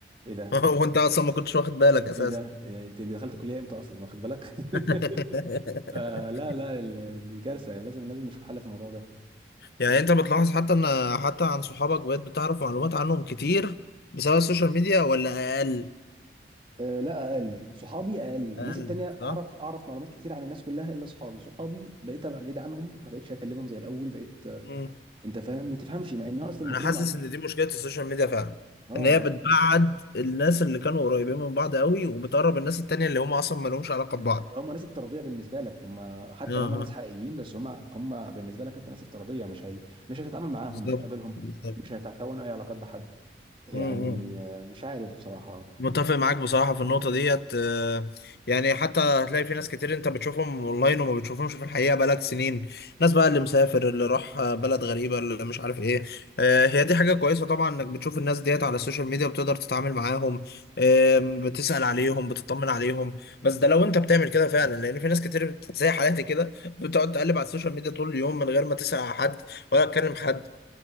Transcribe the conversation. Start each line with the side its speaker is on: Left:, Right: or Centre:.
Right: ايه ده
Left: <laughs> هو انت اصلا ما كنتش واخد بالك اساسا
Right: ايه ده إيه، انت انت دخلت كليه امتى اصلا واخد بالك
Left: <laughs>
Right: <laughs> آه لا لا ال- دي كارثه لازم لازم نشوف حل في الموضوع ده
Left: يعني انت بتلاحظ حتى ان حتى عن صحابك بقيت بتعرف معلومات عنهم كتير بسبب السوشيال ميديا ولا اقل
Right: آه لا اقل صحابي اقل الناس
Left: اقل
Right: التانية
Left: صح
Right: اعرف اعرف معلومات كتير عن الناس كلها الا صحابي صحابي بقيت ابقى بعيد عنهم ما بقتش اكلمهم زي الاول بقيت آه،
Left: مم.
Right: انت فاهم ما تفهمش مع انها اصلا المفروض
Left: انا حاسس
Right: مع
Left: ان دي مشكلة السوشيال ميديا فعلا
Right: اه
Left: ان هي بتبعد الناس اللي كانوا قريبين من بعض قوي وبتقرب الناس التانية اللي هم اصلا ما لهمش علاقة
Right: اللي
Left: ببعض
Right: هم ناس افتراضيه بالنسبه لك هم حتى
Left: اه اه
Right: لو هم ناس حقيقيين بس هم هم بالنسبه لك انت ناس افتراضيه مش هي مش هتتعامل معاهم
Left: بالظبط
Right: مش هتقابلهم
Left: بالظبط
Right: مش هتكون اي علاقات بحد يعني
Left: مم، مم.
Right: آه، مش عارف بصراحه
Left: متفق معاك بصراحة في النقطة ديت آه، يعني حتى هتلاقي في ناس كتير انت بتشوفهم اونلاين وما بتشوفهمش في الحقيقة بقالك سنين ناس بقى اللي مسافر اللي راح آه، بلد غريبة اللي مش عارف ايه آه، هي دي حاجة كويسة طبعا انك بتشوف الناس ديت على السوشيال ميديا بتقدر تتعامل معاهم آم، بتسأل عليهم بتطمن عليهم بس ده لو انت بتعمل كده فعلا لان في ناس كتير بت- زي حالاتي كده بتقعد تقلب على السوشيال ميديا طول اليوم من غير ما تسأل على حد ولا تكلم حد